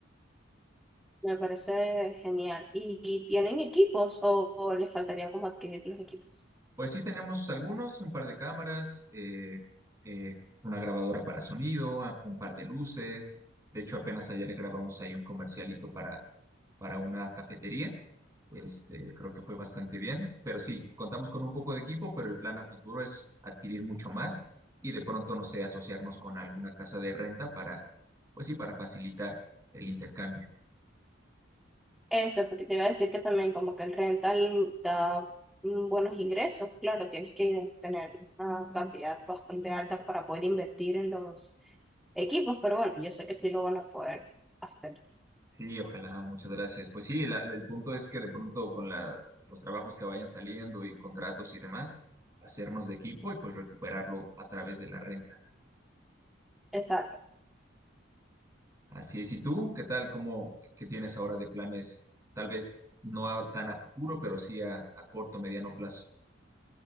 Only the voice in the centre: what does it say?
Me parece genial. ¿Y, y tienen equipos o, o les faltaría como adquirir los equipos?
Eso, porque te iba a decir que también como que el rental da mm, buenos ingresos. Claro, tienes que tener una cantidad bastante alta para poder invertir en los equipos, pero bueno, yo sé que sí lo van a poder hacer.
Exacto.